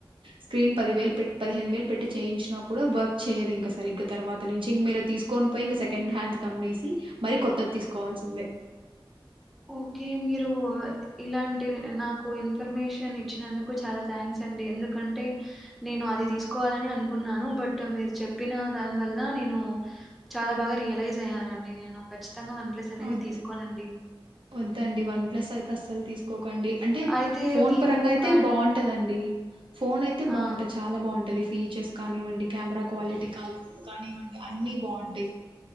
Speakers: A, on the right; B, in the centre.
A: స్క్రీన్ పదివేలు పె పదిహేను వేలు పెట్టి చేయించినా కూడా వర్క్ చేయదు ఇంక సరిగ్గా తర్వాత నుంచి ఇంక మీరు తీసుకొని పోయి ఇంక సెకండ్ హ్యాండ్ కమ్మేసి మరి కొత్తది తీసుకోవాల్సిందే.
B: ఓకే మీరు ఇలాంటి నాకు ఇన్ఫర్మేషన్ ఇచ్చినందుకు చాలా థ్యాంక్స్ అండి. ఎందుకంటే నేను అది తీసుకోవాలని అనుకున్నాను. బట్ మీరు చెప్పిన దాని వల్ల నేను చాలా బాగా రియలైజ్ అయ్యానండి. నేను ఖచ్చిత ఖచ్చితంగా వన్ ప్లస్ అనేది
A: వద్దు
B: తీసుకోనండి.
A: వద్దండి వన్ ప్లస్ అయితే అసలు తీసు కోకండి అంటే
B: అయితే
A: ఫోన్
B: వివో
A: పరంగా అయితే
B: కానీ
A: బాగుంటదండి. ఫోన్ అయితే
B: ఆ
A: బాగుంటది చాలా బాగుంటది ఫీచర్స్ కానివ్వండి కెమెరా క్వాలిటీ కాని కానివ్వండి అన్ని బాగుంటాయి.